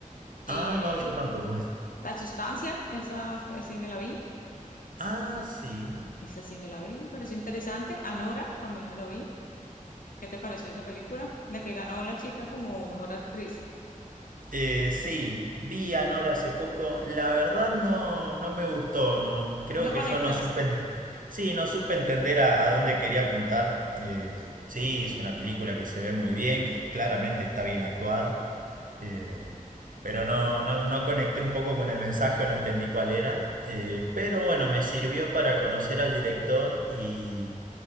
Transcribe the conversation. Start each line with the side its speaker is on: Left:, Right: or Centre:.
Left: Eh,
Right: Ah, no, yo tampoco.
Left: La Sustancia, esa fue, sí me la vi,
Right: Ah, sí.
Left: esa sí me la vi, me pareció interesante. Anora, también me la vi. ¿Qué te pareció esa película? La que ganó la chica como mejor actriz.
Right: Eh, sí, vi a Nora hace poco. La verdad no, no me gustó. No, creo
Left: No
Right: que
Left: conectaste.
Right: yo no supe. Sí, no supe entender a, a dónde quería apuntar. Eh, sí, es una película que se ve muy bien, que claramente está bien actuada. Eh, pero no, no, no conecté un poco con el mensaje o no entendí cuál era. Eh, pero bueno, me sirvió para conocer al director y